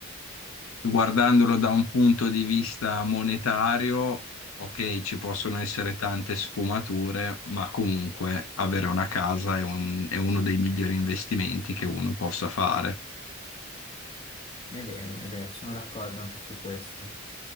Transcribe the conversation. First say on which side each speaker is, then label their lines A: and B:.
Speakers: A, on the left; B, on the left.
A: guardandolo da un punto di vista monetario, ok, ci possono essere tante sfumature, ma comunque avere una casa è un- è uno dei migliori investimenti che uno possa fare.
B: È vero, è vero, sono d'accordo anche su questo.